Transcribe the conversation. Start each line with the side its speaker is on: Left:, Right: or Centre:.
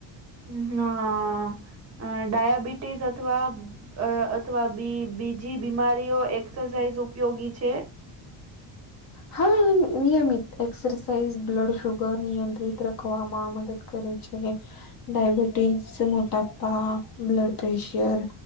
Right: હમ્મ ના ડયાબિટીસ અથવા અ અથવા બી બીજી બીમારીઓ એક્સસાઇઝ ઉપયોગી છે.
Left: હા નિયમિત એક્સરસાઇઝ બ્લડ શુગર નિયંત્રિત રાખવામાં મદદ કરે છે ડાાયબિટીઝ મોટાપા બ્લડ પ્રેશર